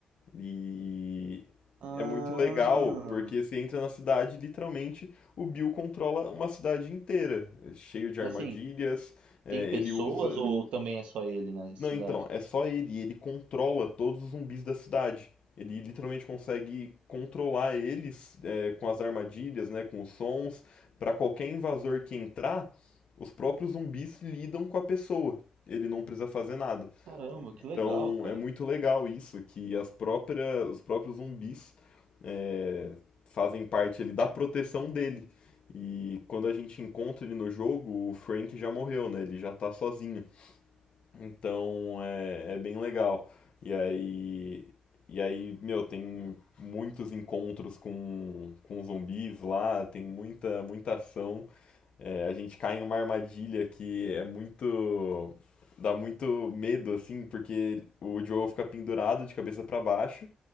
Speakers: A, on the left (about 65°); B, on the right (about 80°).
A: E
B: Ah,
A: é muito legal, porque você entra na cidade, literalmente, o Bill controla uma cidade inteira, cheio de
B: Mas
A: armadilhas,
B: assim,
A: é,
B: tem pessoas
A: ele usa
B: ou também é só ele na cidade?
A: não, então, é só ele. Ele controla todos os zumbis da cidade. Ele literalmente consegue controlar eles é, com as armadilhas, né, com os sons. Pra qualquer invasor que entrar, os próprios zumbis lidam com a pessoa. Ele não precisa fazer nada.
B: Caramba, que
A: Então
B: legal, cara.
A: é muito legal isso, que as próprias, os próprios zumbis é, fazem parte ali da proteção dele. E quando a gente encontra ele no jogo, o Frank já morreu, né? Ele já tá sozinho. Então é, é bem legal. E aí, e aí, meu, tem muitos encontros com, com zumbis lá, tem muita, muita ação. É, a gente cai em uma armadilha que é muito. dá muito medo, assim, porque o Joel fica pendurado de cabeça para baixo